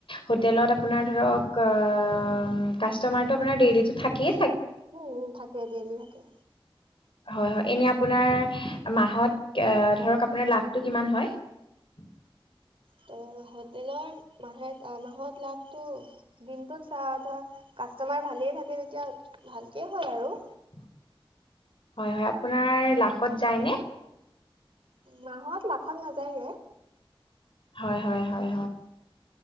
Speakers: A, on the left; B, on the right.
A: হোটেলত আপোনাৰ ধৰক অ কাষ্টমাৰটো আপোনাৰ ডেইলীতো থাকি
B: উম, থাকে ডেইলি থাকে।
A: হয় হয় এনে আপোনাৰ মাহত ধৰক আপোনাৰ লাভটো কিমান হয়। উম <unintelligible>
B: ত' হোটেলৰ মথা মাহত লাভটো দিনটোত চ ধৰ কাষ্টমাৰ ভালেই থাকে তেতিয়া ভালকৈ হয় আৰু
A: উ হয় হয় আপোনাৰ লাখত যায়নে
B: মাহত লাখল নাযায়গে
A: হয় হয়